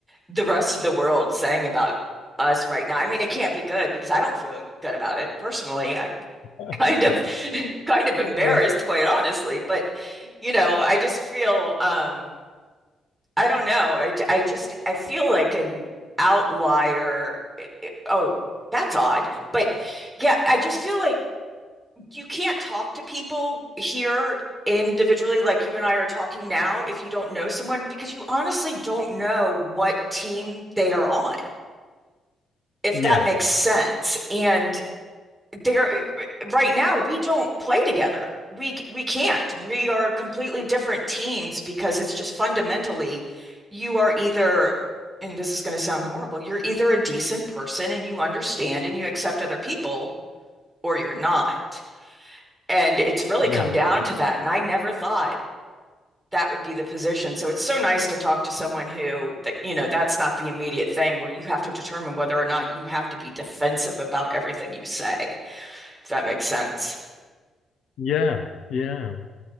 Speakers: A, on the right; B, on the left.
A: the rest of the world saying about us right now? I mean, it can't be good because I don't feel good about it personally
B: <laughs>
A: kind of <laughs> kind of embarrassed,
B: Uh,
A: quite honestly. But you know, I just feel um, I don't know. I, I just I feel like an outlier. I- I- Oh, that's odd. But yeah, I just feel like you can't talk to people here individually like you and I are talking now if you don't know someone because you honestly don't know what team they are on, if
B: yes,
A: that makes sense. And there eh, right now we don't play together. We we can't. We are completely different teams because it's just fundamentally you are either and this is going to sound horrible, you're either a decent person and you understand and you accept other people or you're not. And it's really
B: yeah,
A: come down to that. And I never thought that would be the position. So it's so nice to talk to someone who that you know that's not the immediate thing where you have to determine whether or not you have to be defensive about everything you say, if that makes sense.
B: yeah, yeah.